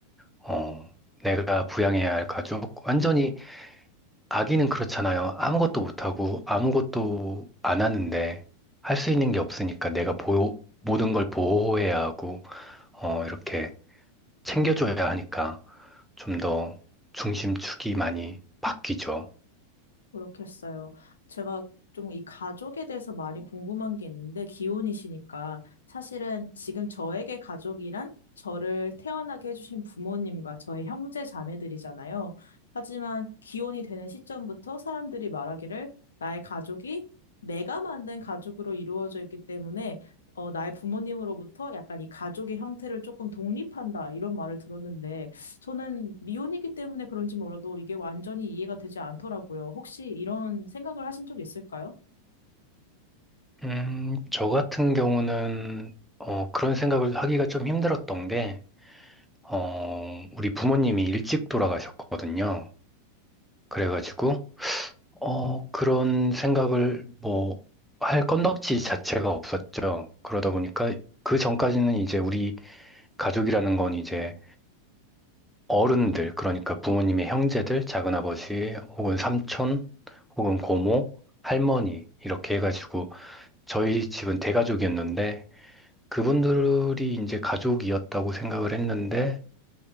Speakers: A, in the centre; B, on the left.
A: 어, 내가 부양해야 할 가족, 완전히 아기는 그렇잖아요. 아무것도 못하고 아무것도 안 하는데 할 수 있는 게 없으니까 내가 보호, 모든 걸 보호해야 하고, 어, 이렇게 챙겨줘야 하니까 좀 더 중심축이 많이 바뀌죠.
B: 그렇겠어요. 제가 좀 이 가족에 대해서 많이 궁금한 게 있는데, 기혼이시니까 사실은 지금 저에게 가족이란 저를 태어나게 해주신 부모님과 저의 형제 자매들이잖아요. 하지만 기혼이 되는 시점부터 사람들이 말하기를 나의 가족이 내가 만든 가족으로 이루어져 있기 때문에 어, 나의 부모님으로부터 약간 이 가족의 형태를 조금 독립한다 이런 말을 들었는데 저는 미혼이기 때문에 그런지 몰라도 이게 완전히 이해가 되지 않더라고요. 혹시 이런 생각을 하신 적 있을까요?
A: 음, 저 같은 경우는 어, 그런 생각을 하기가 좀 힘들었던 게 어, 우리 부모님이 일찍 돌아가셨거든요. 그래가지고 어, 그런 생각을 뭐 할 건덕지 자체가 없었죠. 그러다 보니까 그 전까지는 이제 우리 가족이라는 건 이제 어른들, 그러니까 부모님의 형제들, 작은아버지, 혹은 삼촌, 혹은 고모, 할머니, 이렇게 해가지고, 저희 집은 대가족이었는데, 그분들이 이제 가족이었다고 생각을 했는데,